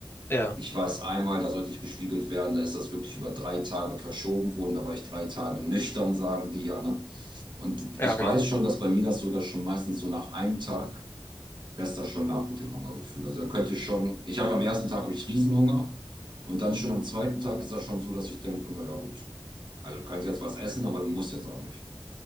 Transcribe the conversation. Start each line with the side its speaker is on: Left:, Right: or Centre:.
Left: Ja,
Right: Ich weiß einmal, da sollte ich gespiegelt werden, da ist das wirklich über drei Tage verschoben worden, da war ich drei Tage nüchtern, sagen die ja, ne? Und
Left: ja,
Right: ich
Left: genau.
Right: weiß schon, dass bei mir das sogar schon meistens so nach einem Tag lässt das schon nach mit dem Hungergefühl. Also da könnte ich schon, ich habe am ersten Tag habe ich Riesenhunger und dann schon am zweiten Tag ist das schon so, dass ich denke, naja gut, also du kannst jetzt was essen, aber du musst jetzt auch nicht.